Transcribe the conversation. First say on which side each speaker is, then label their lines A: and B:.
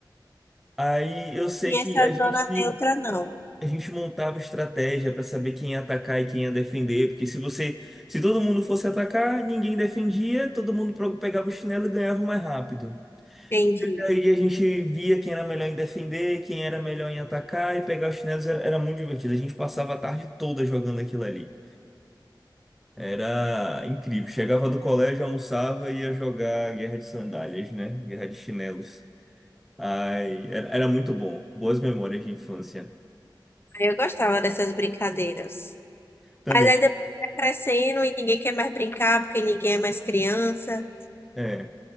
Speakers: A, in the centre; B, on the left.
A: Aí eu sei
B: E
A: que
B: essa
A: a gente
B: zona neutra não.
A: A gente montava estratégia para saber quem ia atacar e quem ia defender, porque se você, se todo mundo fosse atacar, ninguém defendia, todo mundo pro- pegava o chinelo e ganhava mais rápido.
B: Entendi.
A: Aí a gente via quem era melhor em defender, quem era melhor em atacar e pegar os chinelos era, era muito divertido. A gente passava a tarde toda jogando aquilo ali. Era incrível. Chegava do colégio, almoçava e ia jogar Guerra de Sandálias, né? Guerra de Chinelos. Ai, era, era muito bom. Boas memórias de infância.
B: Aí eu gostava dessas brincadeiras.
A: Também,
B: Mas aí depois vai crescendo e ninguém quer mais brincar porque ninguém é mais criança.
A: é,